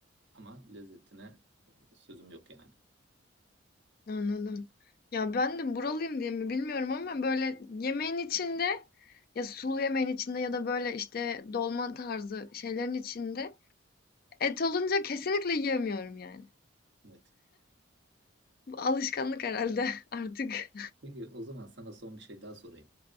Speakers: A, on the right; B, on the left.
A: Ama lezzetine sözüm yok yani.
B: Anladım. Ya ben de buralıyım diye mi bilmiyorum ama böyle yemeğin içinde ya sulu yemeğin içinde ya da böyle işte dolma tarzı şeylerin içinde et olunca kesinlikle yiyemiyorum yani.
A: Evet.
B: Bu alışkanlık herhalde <laughs> artık.
A: Peki o zaman sana son bir şey daha sorayım.